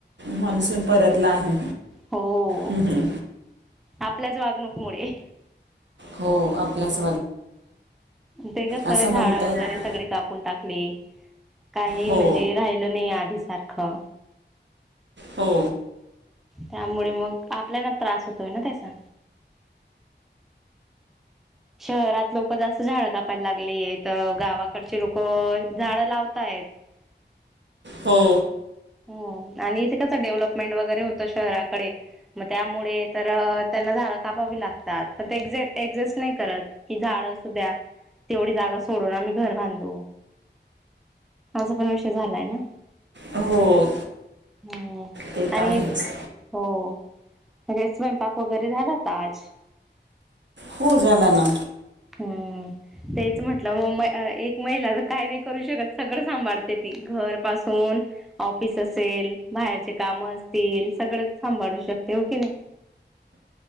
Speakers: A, on the right; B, in the centre.
A: मान्सून परतला आहे.
B: हो.
A: हम्म.
B: आपल्याच वागणूक मुळे
A: हो आपलाच
B: ते कसं
A: असं
B: झाड
A: म्हणता
B: वगैरे
A: येईल
B: सगळी कापून टाकली. काही
A: हो
B: म्हणजे राहिलं नाही आधी सारखं.
A: हो.
B: त्यामुळे मग आपल्याना त्रास होतोय ना त्याचा. शहरात लोक जास्त झाडं कापायला लागलीय तर गावाकडचे लोक झाडं लावताय <unintelligible>
A: हो.
B: हो आणि त्यामुळे इथे कसं डेव्हलपमेंट वगैरे होतं शहराकडे मग त्यामुळे तर त्यांना कापावी लागतात ते ऍडजेस्ट नाही करत की झाड असू द्या तेवढी जागा सोडून आम्ही घर बांधू. असा पण विषय झालाय ना.
A: हो
B: हम्म
A: ते
B: आणित
A: तर आहेच
B: हो. सगळा स्वयंपाक वगैरे झाला का आज.
A: खुश झाला ना.
B: हम्म तेच म्हटलं एक महिला तर काय नाही करू शकत सगळं सांभाळते ती घर <unintelligible> <unintelligible> ऑफिस असेल, बाहेरचे काम असतील सगळं सांभाळू शकते हो की नाही?